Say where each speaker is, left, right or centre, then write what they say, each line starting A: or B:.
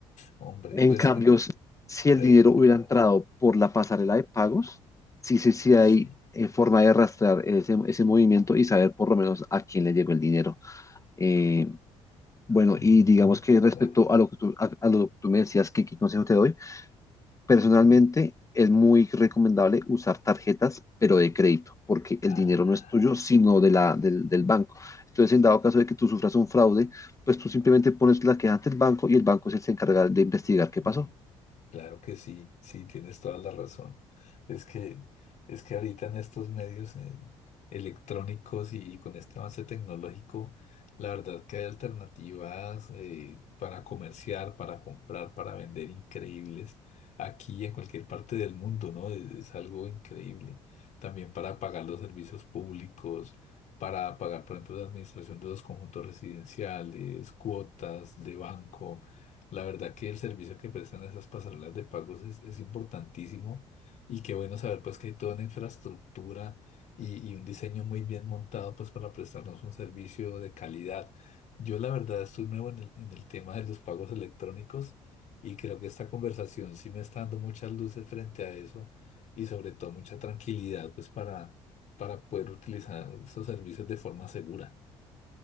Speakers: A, on the left; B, on the left.
A: Hombre,
B: En
A: pues
B: cambio,
A: eh,
B: s- si el
A: terrible,
B: dinero hubiera entrado por la pasarela de pagos, sí, sí, sí hay
A: sí.
B: eh, forma de rastrear ese, ese movimiento y saber por lo menos a quién le llegó el dinero. Eh, bueno,
A: Mm,
B: y digamos que respecto
A: claro.
B: a lo que tú, a, a lo que tú me decías, que qué consejo te doy? Personalmente es muy recomendable usar tarjetas, pero de crédito, porque
A: Ah,
B: el dinero no es tuyo, sino de la, del, del banco. Entonces, en dado caso de que tú sufras un fraude, pues tú simplemente pones la queja ante el banco y el banco es el que se encarga de investigar qué
A: mm.
B: pasó.
A: Claro que sí, sí, tienes toda la razón. Es que, es que ahorita en estos medios eh, electrónicos y, y con este avance tecnológico, la verdad que hay alternativas eh, para comerciar, para comprar, para vender increíbles aquí y en cualquier parte del mundo, ¿no? Es, es algo increíble. También para pagar los servicios públicos, para pagar, por ejemplo, la administración de los conjuntos residenciales, cuotas de banco. La verdad que el servicio que prestan esas pasarelas de pagos es, es importantísimo y qué bueno saber pues que hay toda una infraestructura y, y un diseño muy bien montado pues para prestarnos un servicio de calidad. Yo la verdad estoy nuevo en el, en el tema de los pagos electrónicos y creo que esta conversación sí me está dando muchas luces frente a eso y sobre todo mucha tranquilidad pues para, para poder utilizar esos servicios de forma segura.